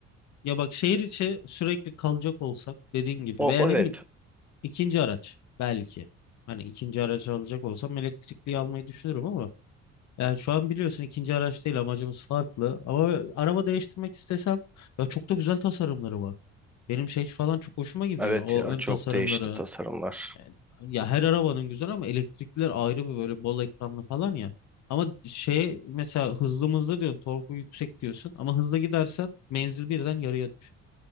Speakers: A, on the left (about 60°); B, in the centre.
A: ya bak şehir içi sürekli kalacak olsak dediğin gibi
B: O
A: veya ne
B: evet
A: bileyim ikinci araç belki. Hani ikinci araç alacak olsam elektrikli almayı düşünürüm ama yani şu an biliyorsun ikinci araç değil amacımız farklı ama araba değiştirmek istesem ya çok da güzel tasarımları var. Benim şey falan çok hoşuma gidiyor.
B: Evet
A: O
B: ya
A: ön
B: çok
A: tasarımları,
B: değişti tasarımlar.
A: Evet. Ya her arabanın güzel ama elektrikliler ayrı bir böyle bol ekranlı falan ya. Ama şey mesela hızlı mı hızlı diyorsun torku yüksek diyorsun ama hızlı gidersen menzil birden yarıya düşüyor.